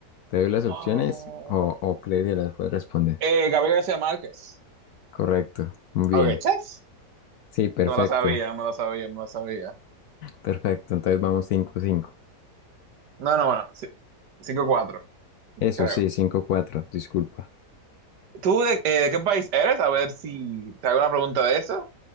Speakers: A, on the left; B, on the right.
A: ¿Te doy las opciones
B: Oh,
A: o, o crees que las puedes responder?
B: eh, Gabriel García Márquez.
A: Correcto, muy bien.
B: Ok, chess.
A: Sí, perfecto,
B: Me lo sabía, me lo sabía, me lo sabía.
A: perfecto. Entonces vamos cinco cinco.
B: No, no, bueno, sí. Cinco cuatro,
A: Eso
B: creo.
A: sí, cinco cuatro. disculpa.
B: ¿Tú de, eh, de qué país eres? A ver si te hago una pregunta de eso.